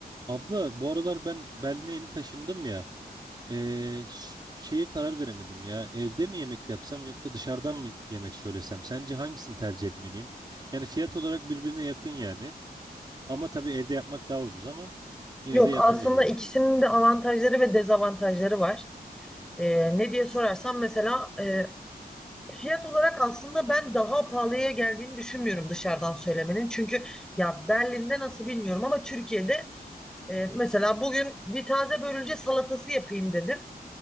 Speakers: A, on the right; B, in the centre.
A: Abla bu aralar ben Berlin'e yeni taşındım ya. Ee, ş- şeye karar veremedim ya. Evde mi yemek yapsam yoksa dışarıdan mı yemek söylesem? Sence hangisini tercih etmeliyim? Yani fiyat olarak birbirine yakın yani. Ama tabii evde yapmak daha ucuz ama yine
B: Yok
A: de yakın
B: aslında
A: birbirine.
B: ikisinin de avantajları ve dezavantajları var. Ee, ne diye sorarsan mesela e, fiyat olarak aslında ben daha pahalıya geldiğini düşünmüyorum dışarıdan söylemenin. Çünkü ya Berlin'de nasıl bilmiyorum ama Türkiye'de e, mesela bugün bir taze börülce salatası yapayım dedim.